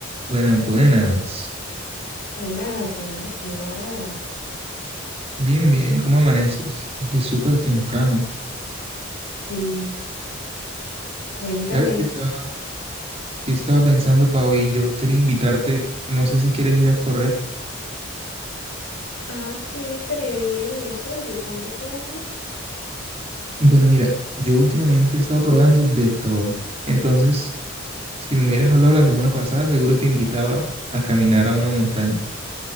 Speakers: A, on the right; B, on the left.
A: Buenas, buenas.
B: Hola, ¿qué más? ¿Cómo vas?
A: Bien, bien, ¿cómo amaneces? Aquí es súper temprano.
B: Sí, cuéntame.
A: ¿Sabes qué estaba, qué estaba pensando para hoy? Yo quería invitarte, no sé si quieres ir a correr.
B: Ah, sí, estaría bien. ¿Y eso desde cuándo corres?
A: Bueno, mira, yo últimamente he estado probando de todo. Entonces, si me hubieras hablado la semana pasada, seguro te invitaba a caminar a una montaña.